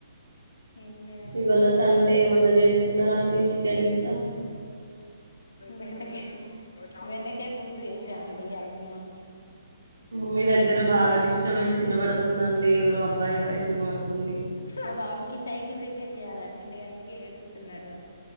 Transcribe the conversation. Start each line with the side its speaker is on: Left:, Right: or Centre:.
Left: ఏం లేదండి
Right: ఇవాళ
Left: ఖాళీ
Right: సండే ఏమన్న చేసుకున్నారా అండి చికెన్ గిట్లా
Left: బెండకాయ బెండకాయ పుల్సు చేశామండి ఇయ్యాల మేము
Right: మీ దగ్గర బాగా డిస్టబెన్స్ వినబడుతుందండి ఎవరో అబ్బాయి వాయిస్ వినబడుతుంది
Left: ఆ బాబుకి సైకిల్ రిపేర్ చెయాలటండి అందుకే ఏడుస్తున్నాడు